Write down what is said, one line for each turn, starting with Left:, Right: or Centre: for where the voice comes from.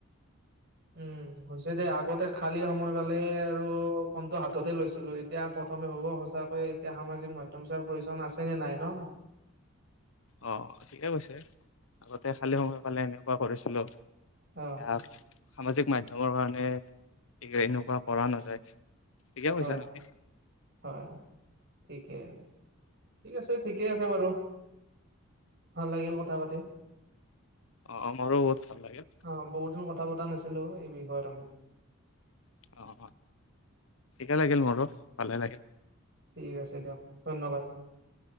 Right: উম হৈছে দেই আ আগতে খালী সময় পালে আৰু ফোনটো হাততে লৈছিলো এতিয়া প্ৰথমে ভাবো সঁচাকৈ এতিয়া হা সামাজিক মাধ্যম চোৱাৰ প্ৰয়োজন আছে নে নাই ন?
Left: অ ঠিকে কৈছে, আগতে খালি সময় পালে এনেকুৱা কৰিছিলো।
Right: অ
Left: এতিয়া সামাজিক মাধ্যমৰ কাৰণে, এনেকুৱা কৰা নাযায়। ঠিকে কৈছা
Right: হয়
Left: তুমি
Right: হয় ঠিকে ঠিক আছে। ঠিকে আছে বাৰু, ভাল লাগিল কথা পাতি।
Left: অ মোৰ বহুত ভাল লাগিল।
Right: অ বহুত দিন কথা পতা নাছিলো এই বিষয়ত আমি।
Left: অ অ, ঠিকে লাগিল মোৰো ভালে লাগিল।
Right: ঠিক আছে দিয়ক ধন্যবাদ।